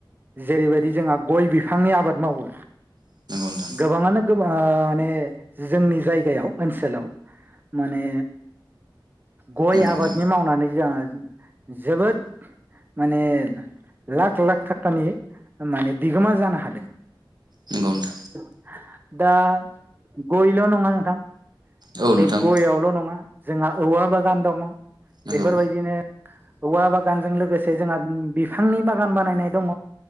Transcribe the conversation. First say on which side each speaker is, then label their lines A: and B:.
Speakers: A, on the right; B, on the right.
A: जेरैबायदि जोंहा गय बिफांनि आबाद मावो
B: नोंथां
A: गोबाङानो गो ओ माने जोंनि जायगायाव ओनसोलाव माने गय
B: नंगौ
A: आबादनि
B: नोंथां
A: मावनानै <unintelligible> जोबोद माने लाख लाख थाखानि माने बिगोमा जानो हादों।
B: नंगौ नोंथां
A: दा गयल' नङा नोंथां
B: औ
A: बे
B: नोंथां
A: गययावल' नङा जोंहा औवा बागान दङ।
B: नंगौ
A: बेफोरबायदिनो औवा बागानजों लोगोसे जोंहा बिफांनि बागान बानायनाय दङ